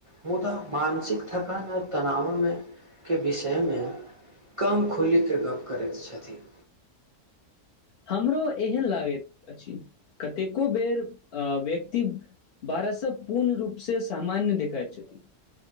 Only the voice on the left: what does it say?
हमरो एहन लागैत अछि कतेको बेर अ व्यक्ति बारश पूर्ण रूप से सामान्य देखाइत छथि